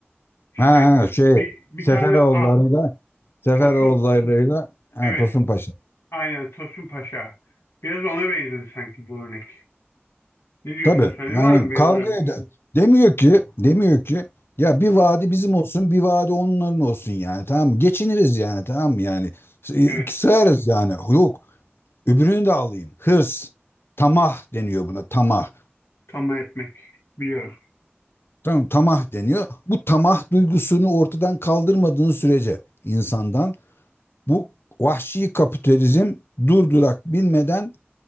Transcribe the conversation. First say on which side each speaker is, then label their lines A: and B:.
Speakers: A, on the left; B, on the left.
A: İşte
B: ha, ha, şey
A: bir, bir
B: Seferoğulları'yla
A: tane a
B: Seferoğulları'yla
A: Tosun
B: ha,
A: evet
B: Tosun Paşa.
A: aynen Tosun Paşa. Biraz ona benziyor sanki bu örnek. Ne diyorsun
B: Tabii
A: sen?
B: yani
A: Var mı benzerlik?
B: kavga eder. Demiyor ki, demiyor ki ya
A: Hı
B: bir vadi
A: hı.
B: bizim olsun, bir vadi onların olsun yani tamam mı? Geçiniriz yani tamam mı? Yani e,
A: Evet,
B: iki sığarız yani. Yok öbürünü de alayım. Hırs, tamah deniyor buna tamah.
A: tamam etmek biliyorum.
B: Tamam tamah deniyor. Bu tamah duygusunu ortadan kaldırmadığın sürece insandan bu vahşi kapitalizm durdurak bilmeden